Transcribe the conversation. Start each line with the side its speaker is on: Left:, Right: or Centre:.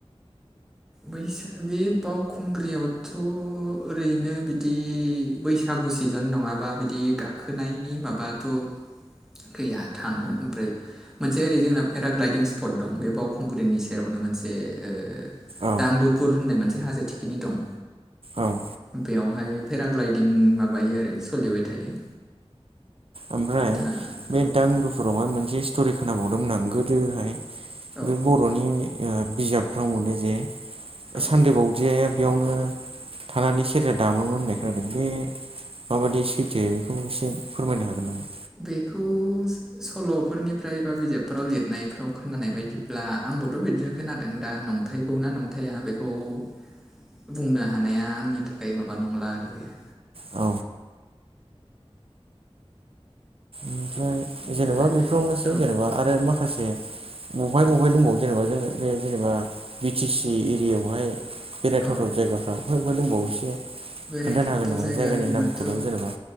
Centre: बैसागु बे बावखुंग्रियावथ' ओरैनो बिदि बैसागु सिजेन नङाबा बिदि गाखोनायनि माबाथ' गैया थाङो ओमफ्राय मोनसे ओरै जोंना पेराग्लायदिं स्पट दं बे बावखुंग्रिनि सेरावनो मोनसे ओ
Right: औ
Centre: दांगदुफुर होननाय मोनसे हाजो थिखिनि दं।
Right: औ।
Centre: बेयावहाय पेराग्लायदिं माबायो आरो सोलिबाय थायो।
Right: ओमफ्राय।
Centre: दा
Right: बे
Centre: औ
Right: दांदुफुरावहाय मोनसे स्ट'रि खोनाबावदोंमोन आं गोदोहाय
Centre: औ
Right: बे बर' बर'नि बिजाबफ्राव मोनो जे
Centre: औ
Right: सानदो बावदियाया बेयावनो थानानै सेरजा दामोमोन होननाय खोनादों बे माबायदि सैथो बेखौ एसे फोरमायनो हागोन नामा?
Centre: बेखौ सल'फोरनिफ्राय बा बिजाबफोराव लिरनायफ्राव खोनानाय बायदिब्ला आंबोथ' बिदिनो खोनादों दा नंथाइ नंथाया बेखौ नाथाय बेखौ बुंनो हानाया आंनि थाखाय माबा नंला आरो बेयो।
Right: औ ओनफ्राय
Centre: ओमफ्राय
Right: जेनबा बिखौ एसे
Centre: औ
Right: जेनबा आरो माखासे <unintelligible> अबेहाय दंबावो जेनेबा जों बे जेनेबा बि टि सि एरियायावहाय
Centre: औ
Right: बेरायथावथाव
Centre: औ
Right: जायगा। बहाय बहाय दंबावोसो
Centre: बेरायथावथाव
Right: खोन्थानो हागोन नामा
Centre: जायगा
Right: जायगानि
Centre: होनबाथ'
Right: नामखौल' जेनेबा।